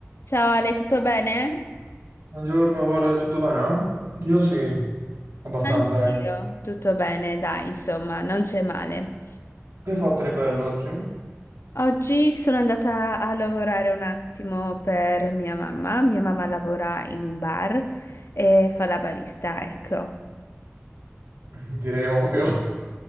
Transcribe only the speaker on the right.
Buongiorno, Vale, tutto bene? Io sì, abbastanza,
dai.
Che hai fatto di bello oggi?
<laughs> Direi ovvio.